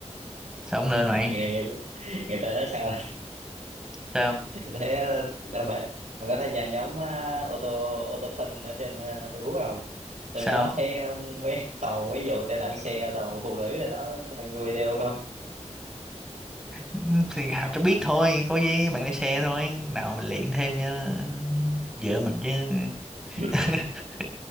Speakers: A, in the centre; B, on the right.
A: sao không nên mày
B: người, người, người ta nói sao
A: sao
B: thế đâu phải mà có tham gia nhóm ờ, ô tô ô tô phân ở trên ờ, Facebook không rồi
A: sao
B: đó thấy ờ, mấy toàn mấy vụ tai nạn xe toàn phụ nữ rồi đó đang video
A: Ừ, thì Hào cho biết thôi có gì bạn lái xe thôi nào mình luyện thêm cho vợ mình chứ
B: không
A: <laughs>